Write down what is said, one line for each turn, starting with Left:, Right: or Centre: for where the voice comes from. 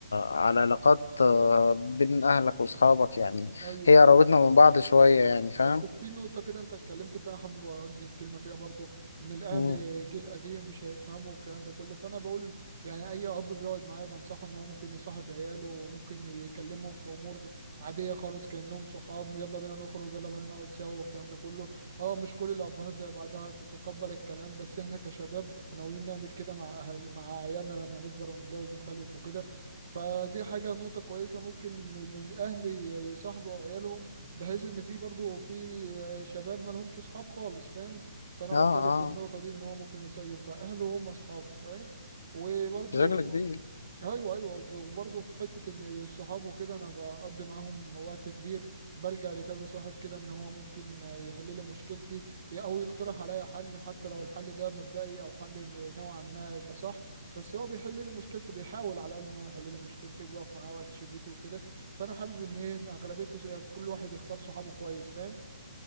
Left: على علاقات آه، بين أهلك وأصحابك يعني
Right: ايوه
Left: هي
Right: ايوه
Left: قربتنا من بعض شوية يعني فاهم
Right: بس في نقطة كده انت اتكلمت فيها حابب اوجه كلمة فيها برضو ان الاهل
Left: مم.
Right: جيل قديم مش هيفهموا الكلام ده كله فانا بقول يعني اي اب بيقعد معايا بنصحه ان هو ممكن يصاحب عياله وممكن يكلمهم في امور عادية خالص كأنهم صحاب يلا بينا نخرج يلا بينا نقعد سوا والكلام ده كله اه مش كل الابهات زي بعضها تتقبل الكلام بس احنا كشباب ناويين نعمل كده مع اهل مع عيالنا لما نكبر ونتجوز ونخلف وكده فدي حاجة نقطة كويسة ممكن إن الأهل يصاحبوا عيالهم بحيث ان في برضه في آه، شباب ما لهمش اصحاب خالص فاهم فانا
Left: اه
Right: بتكلم
Left: اه
Right: في النقطه دي ان هو ممكن يسيب بقى اهله هم اصحابه فاهم وبرضه
Left: بشكل كبير
Right: ايوه ايوه وب- وبرضه في حته ان الصحاب وكده انا بقضي معاهم وقت كبير بلجأ لكذا صاحب كده ان هو ممكن يحل لي مشكلتي او يقترح عليا حل حتى لو الحل ده مبدئي او حل م- نوعا ما يبقى صح بس هو بيحل لي مشكلتي بيحاول على الاقل ان هو يحل لي مشكلتي وبيقف معايا وقت شدتي وكده فانا حابب ان إيه، إن اغلبيته كل واحد يختار صحابه كويس فاهم